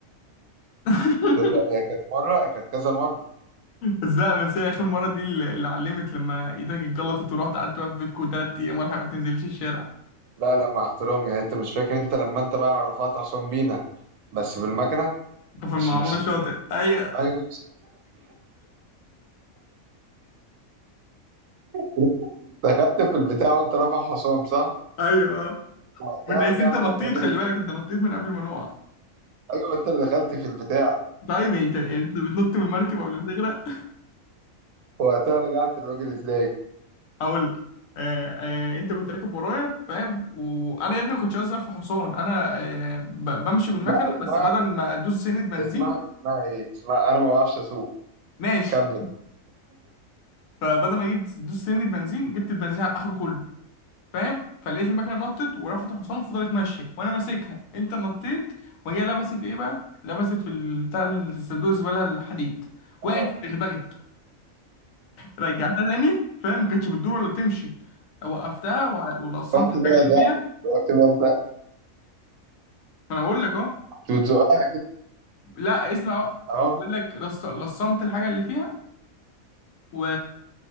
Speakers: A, on the left (about 75°); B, on the right (about 70°).
A: <laughs>
B: ده ده- هي كانت مره هي كانت كذا مره
A: بس لا بس هي اخر مره دي اللي اللي علمت لما ايدك اتجلطت ورحت قعدت بقى في بيتكم ثلاث ايام ولا حاجه ما تنزلش الشارع
B: لا لا مع احترامي يعني انت مش فاكر انت لما انت بقى رفعت حسام بينا بس بالمكنه
A: انت في
B: مش
A: المعموره
B: مش
A: الشاطئ ايوه
B: ايوه <laughs> دخلت في البتاع وانت رافع حسام صح؟
A: ايوه اه
B: وقتها
A: متقايس
B: رجعنا
A: انت نطيت
B: للراجل
A: خلي
B: ازاي؟
A: بالك انت نطيت من قبل ما نقع
B: ايوه ما انت اللي دخلت في البتاع
A: طيب يعني انت يعني انت بتنط من المركب قبل ما تغرق
B: وقتها رجعت للراجل ازاي؟
A: اقول لك. آه آه انت كنت راكب ورايا فاهم وانا يا ابني ما كنتش اظهر في حصان انا آه ب- بمشي بالمكنه
B: لا اسمها
A: بس بدل ما ادوس سنه بنزين
B: اسمها اسمها ايه؟ اسمها انا ما بعرفش اسوق
A: ماشي
B: كمل
A: فبدل ما اجيب دوس سنه بنزين جبت البنزين على اخره كله فاهم فلقيت المكنه نطت ورفعت حصان وفضلت ماشيه وانا ماسكها انت نطيت وهي لبست ايه بقى لبست في ال- بتاع الصندوق الزباله الحديد وقعت
B: آه.
A: اتدغدغت رجعتها تاني فاهم ما كانتش بتدور ولا بتمشي وقفتها وع- ولصمت
B: رحت
A: الحاجه
B: بقى
A: اللي
B: ده
A: فيها
B: رحت بقى ده
A: ما انا اقول لك اهو
B: وتزقها
A: لا اسمع بقى
B: اه
A: بقول لك لص- لصمت الحاجه اللي فيها و...